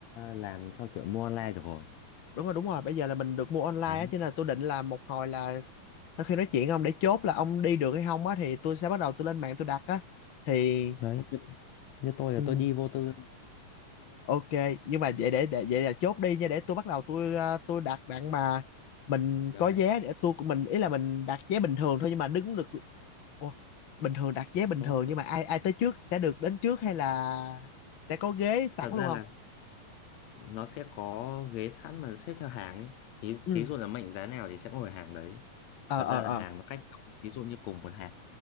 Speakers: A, on the left; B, on the left.
A: làm cho kiểu mua online được rồi.
B: đúng rồi đúng rồi bây giờ là mình được mua online
A: Đấy.
B: á cho nên là tôi định là một hồi là sau khi nói chuyện ông để chốt là ông đi được hay không á thì tôi sẽ bắt đầu tôi lên mạng tôi đặt á thì
A: Đấy, như, như tôi là
B: ừ
A: tôi đi vô tư.
B: Ok, nhưng mà vậy để, để vậy là chốt đi nha để tôi bắt đầu tôi ờ, tôi đặt bạn mà mình
A: Đấy.
B: có vé để tôi của mình ý là mình đặt vé bình thường thôi nhưng mà đứng được Ủa, bình thường đặt vé bình
A: Đúng
B: thường
A: không?
B: nhưng mà ai ai tới trước sẽ được đến trước hay là sẽ có ghế sẵn
A: Thật
B: luôn
A: ra
B: không?
A: là nó sẽ có ghế sẵn mà xếp theo hàng ấy. Thí,
B: Ừ,
A: thí dụ là mệnh giá nào thì sẽ ngồi hàng đấy.
B: ờ
A: Thật
B: ờ
A: ra
B: ờ,
A: là hàng nó cách nhau, thí dụ như cùng một hàng,